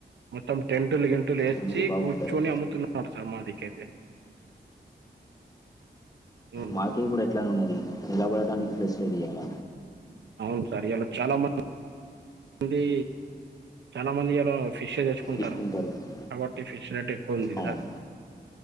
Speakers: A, on the right (about 85°); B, on the left (about 20°).
A: మొత్తం టెంటులు గెంటులు వేసి
B: అందుకే బాగుంటది
A: కూర్చొని అమ్ముతున్నాడు సార్ మన మా దికేతే మ్మ్.
B: మాకు కూడా ఎట్లానే ఉన్నది నిలబడడానికి ప్లేస్ ఇయ్యాల
A: అవును సార్ ఇయ్యలా చాలా మంది అంది చాలా మంది ఎలా ఫిష్ చేసుకుంటారు
B: ఇస్తుంటారు కదా.
A: కాబట్టి ఫిష్ రే కొంది
B: అవును